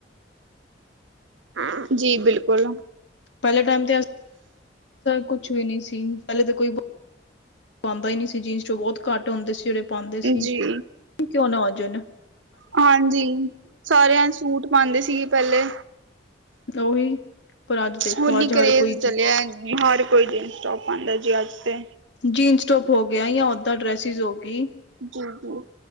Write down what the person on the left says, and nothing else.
ਪਹਿਲੇ ਟਾਈਮ ਤੇ ਕੁਛ ਵੀ ਨਹੀਂ ਸੀ ਪਹਿਲੇ ਤਾਂ ਕੋਈ ਪਾਂਦਾ ਹੀ ਨਹੀਂ ਸੀ ਜੀਨਸ ਟੋਪ ਬਹੁਤ ਘੱਟ ਹੁੰਦੇ ਸੀ ਜਿਹੜੇ ਪਾਉਂਦੇ ਸੀ
ਕੀ ਕਿਉਂ ਨਾ ਜਨ
ਉਹੀ ਪਰ ਅੱਜ ਦੇਖੋ
ਅੱਜ
ਹਰ ਕੋਈ
ਜੀਨਸ ਟੋਪ ਹੋ ਗਿਆ ਜਾਂ ਓਦਾਂ ਡਰੈਸਿਸ ਹੋ ਗਈ।